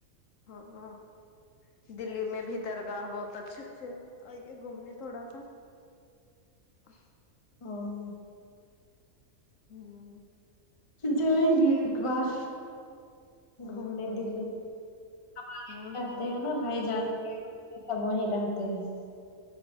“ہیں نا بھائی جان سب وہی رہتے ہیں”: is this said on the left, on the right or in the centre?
Left